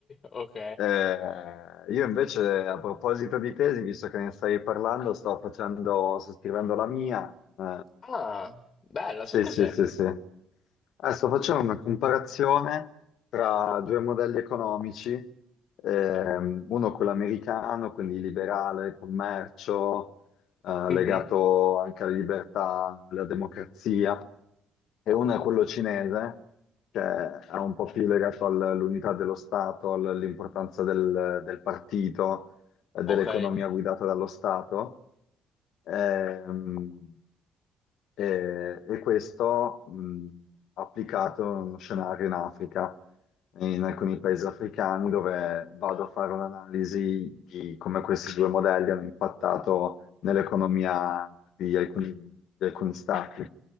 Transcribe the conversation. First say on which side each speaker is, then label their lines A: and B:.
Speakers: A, on the left; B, on the left.
A: ok.
B: Eh, io invece a proposito di tesi, visto che ne stai parlando, sto facendo, sto scrivendo la mia. Eh,
A: Ah, bella,
B: sì,
A: su cos'è?
B: sì, sì, sì. Eh, sto facendo una comparazione tra due modelli economici, ehm, uno quello americano, quindi liberale, commercio, eh,
A: Mhm.
B: legato anche alla libertà, alla democrazia, e uno è quello cinese, che è un po' più legato al- all'unità dello Stato, al- all'importanza del, del partito, eh, dell'economia
A: Ok.
B: guidata dallo Stato. Ehm, e, e questo mh, applicato in uno scenario in Africa, in alcuni paesi africani, dove vado a fare un'analisi di come questi due modelli hanno impattato nell'economia di alcuni, di alcuni stati.